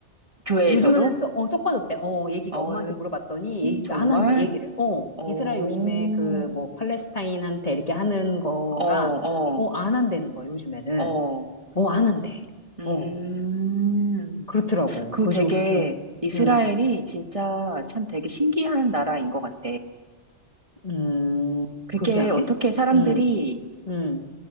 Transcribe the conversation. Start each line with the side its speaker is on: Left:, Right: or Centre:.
Right: 교회에서도?
Left: 요즘에는 쏙, 어, 쏙 빠졌대. 어, 얘기가
Right: 어,
Left: 엄마한테 물어봤더니 얘기
Right: 정말?
Left: 안 한대, 얘기를. 어,
Right: 어,
Left: 이스라엘
Right: 어,
Left: 요즘에 그 뭐 팔레스타인한테 이렇게 하는 거가
Right: 어,
Left: 어, 안 한다는 거야, 요즘에는.
Right: 어.
Left: 어, 안 한대.
Right: 음,
Left: 어, 그렇더라고.
Right: 그
Left: 그래서
Right: 되게
Left: 음,
Right: 이스라엘이
Left: 음,
Right: 진짜 참 되게 신기한 나라인 것 같아.
Left: 음,
Right: 그게
Left: 그렇게 생각해?
Right: 어떻게 사람들이
Left: 음, 음,